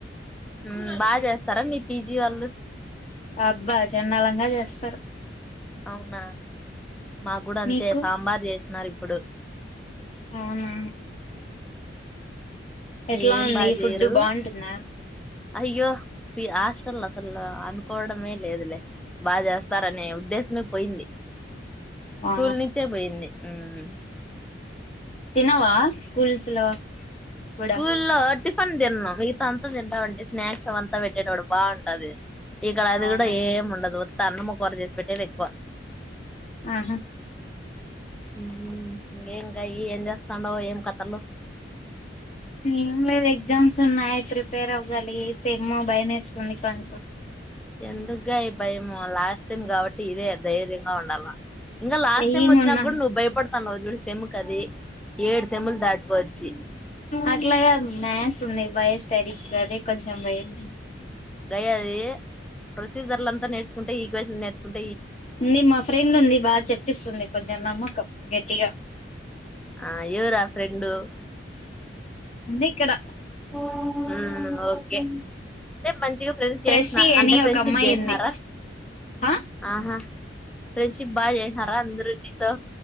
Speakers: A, in the centre; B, on the left.
A: హు బాగా చేస్తారా మీ పీజీ వాళ్ళు
B: అబ్బా చెండాలంగా చేస్తారు
A: అవునా? మాకు కూడా అంతే
B: మీకు
A: సాంబార్ చేసినారు ఇప్పుడు
B: అవునా ఎట్లా
A: ఏం
B: ఉంది?
A: బాగా
B: ఈ
A: చేయరు
B: ఫుడ్డు బావుంటుందా?
A: అయ్యో పి హస్టల్ అసలు అనుకోవడమేలేదులే, బాగ జేస్తారనే దేశమే పోయింది.
B: ఆ
A: స్కూల్ నుంచే పోయింది. మ్
B: తినవా కుల్స్ లో
A: స్కూల్
B: కూడా
A: లో టిఫన్ తిన్నం. మిగతా అంత తిందామంటే స్నాక్స్ అవంతా పెట్టెటోడు బావుంటది. ఇక్కడ అది
B: అవునా
A: గుడ ఏమ్ ఉండదు. త అన్నము, కూర జేసి పెట్టేదే ఎక్కువ.
B: ఆహ!
A: ఊమ్! ఏం గయీ ఏం జేస్తాండవ్ ఏం కథలు?
B: ఏం లేదు ఎగ్జామ్స్ ఉన్నాయి ప్రిపేర్ అవ్వాలి సెమ్ భయం వేస్తుంది కొంచం
A: ఎందుగా ఈ భయంము లాస్ట్ టైం కాబట్టి ఇదే ధైర్యంగా ఉండాల ఇంకా లాస్ట్
B: ధైర్యంగా
A: టైమ్ వచ్చినా
B: ఉన్నాం
A: కూడా నువ్వు భయపడతాను జుడు సెమ్కది ఏడు సెమ్ములు దాటుకోచ్చి
B: అట్లగాద్ మ్యాథ్స్ ఉన్నయ్. బయోస్టడి అదే కొంచం భయం.
A: దయా వీ! ప్రొసీజర్లంత నేర్చుకుంటె ఈక్వేషన్ నేర్చుకున్
B: ఉంది. మా ఫ్రెండ్ ఉంది బాగా చెప్పిస్తుంది కొంచం నమ్మకం గట్టిగా
A: ఆ ఎవరా ఫ్రెండు
B: ఉంది ఇక్కడ.
A: మ్ ఓకే అంటే మంచిగా ఫ్రెండ్స్ చేసిన
B: ప్రెస్సీ అని
A: అంటే ఫ్రెండ్షిప్
B: ఒక అమ్మాయి
A: చేసినారా
B: ఉంది ఆ
A: ఆహా ఫ్రెండ్షిప్ బాగా చేసినారా అందరు నీతో